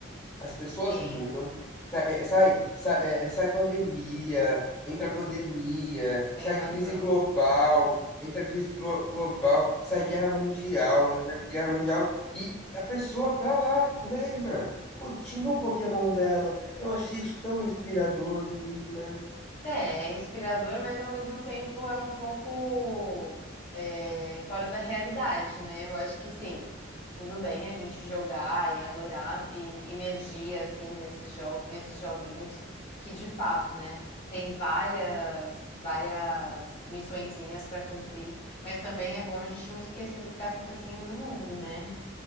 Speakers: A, in the centre; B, on the left.
A: as pessoas
B: Sim,
A: mudam, sa- é, sai, sa- é, é, sai pandemia, entra pandemia,
B: tem
A: sai
B: razão.
A: crise global, entra crise glo- global, sai guerra mundial, entra guerra mundial, e a pessoa tá lá plena, curtindo o Pokémon dela. Eu achei isso tão inspirador, menina.
B: É, é inspirador, mas ao mesmo tempo é um pouco é, fora da realidade, né? Eu acho que sim, tudo bem a gente jogar e adorar e imergir assim nesses jo nesses joguinhos que de fato, né, tem várias várias missõezinhas para cumprir, mas também é bom a gente não esquecer do que tá acontecendo no mundo, né?